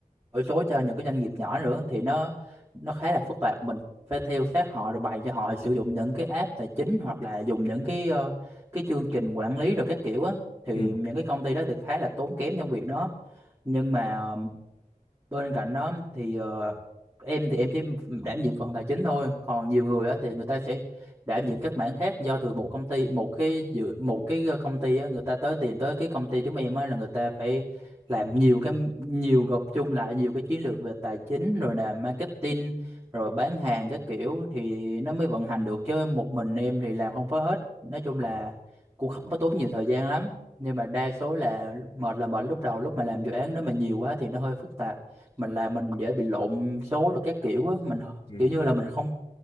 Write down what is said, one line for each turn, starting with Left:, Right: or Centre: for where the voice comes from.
Right: đổi số cho những cái doanh nghiệp nhỏ nữa thì nó nó khá là phức tạp mình phải theo sát họ rồi bày cho họ sử dụng những cái app tài chính hoặc là dùng những cái ờ, cái chương trình quản lý rồi các kiểu á thì
Left: ừ
Right: những cái công ty đó thì khá là tốn kém trong việc đó nhưng mà ờ, bên cạnh đó thì ờ, em thì em chỉ đảm nhiệm phần tài chính thôi còn nhiều người á thì người ta sẽ đảm nhiệm các mảng khác do từ một công ty một cái dự một cái ờ, công ty á người ta tới tìm tới cái công ty chúng em á là người ta phải làm nhiều cái nhiều gộp chung lại nhiều cái chiến lược về tài chính rồi là marketing rồi bán hàng các kiểu thì nó mới vận hành được chứ một mình em thì làm không có hết nói chung
Left: Ờ.
Right: là cũng không có tốn nhiều thời gian lắm nhưng mà đa số là mệt là mệt lúc đầu lúc mà làm dự án nếu mà nhiều quá thì nó hơi phức tạp mình làm mình dễ bị lộn số rồi các kiểu á mình
Left: ừ
Right: kiểu như là mình không